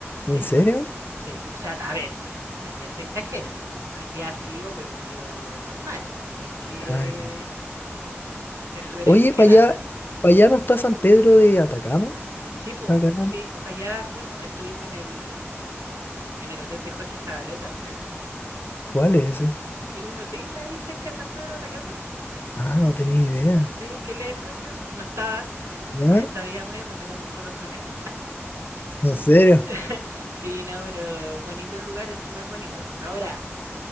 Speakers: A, on the left (about 45°); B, on the right (about 90°).
A: ¿En
B: Sí,
A: serio?
B: sí. O sea, a ver, también se exagera. Hacía frío, pero un frío normal. No es que
A: Ay.
B: te estuviera
A: Oye,
B: ahí congelando.
A: para allá, para allá no está San Pedro de Atacama,
B: Sí, pues,
A: para acá,
B: sí, para allá fuimos, estuvimos en el, en el hotel de Jorge Zabaleta.
A: ¿Cuál es ese?
B: Tiene un hotel ahí cerca de San Pedro de Atacama.
A: Ah, no tenía idea.
B: Sí, que él es el dueño. No estaba. <laughs>
A: ¿Ya?
B: Para eso habíamos ido, para sacarnos fotos con él.
A: ¿En serio?
B: <laughs> sí, no, pero bonito el lugar, es súper bonito. Ahora,